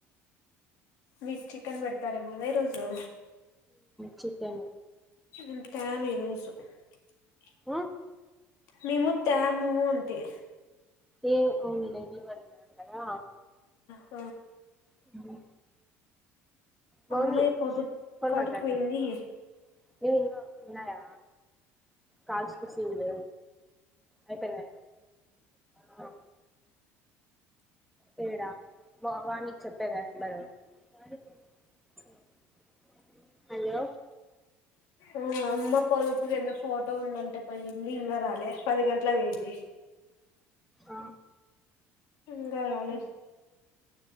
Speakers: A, on the left; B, in the centre.
A: మీక్ చికెన్ బెడతరేమోగ రోజు
B: చకే మ
A: ఇంకా మీరు <unintelligible>
B: ఆ
A: మేము తేము అంతే
B: ఏ అవును ఎలువడిన గా
A: అ
B: ఉమ్ మౌని
A: అమ్మాయి పొదుపు
B: ఫోన్
A: కాటికి
B: మాట్లాడుతండవా
A: పోయింది
B: ఏం ఇంగ ఉన్నాయా కాల్స్ కుసింది అయిపినయ ఆ తేడా వాణికి చెప్పేద నెంబరు <inaudible> హలో
A: ఆ అమ్మ పదుపూది ఏందో ఫోటో ఉందంటే పోయి పోయి ఇంగా రాలే పది గంటలకుపిన్ది
B: ఆ
A: ఇంగా రాలే